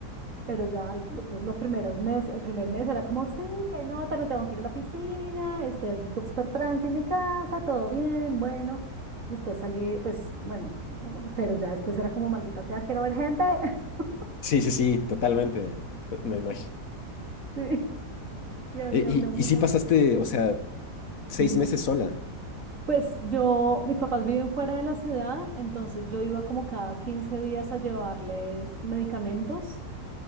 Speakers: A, on the right; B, on the left.
A: Pero ya al- entonces los primeros meses, el primer mes era como, sí, qué nota, no tengo que ir a la piscina, estoy aquí como súper tranqui en mi casa, todo bien, bueno. Después salí, pues bueno, pero ya después era como, maldita sea, quiero ver gente. <laughs>
B: Sí, sí, sí, totalmente. Me imagino.
A: Sí. Y había
B: E-
A: una
B: Y,
A: amiga.
B: y, sí pasaste, o sea, seis
A: Dime.
B: meses sola.
A: Pues yo, mis papás viven fuera de la ciudad, entonces yo iba como cada 15 días a llevarles medicamentos.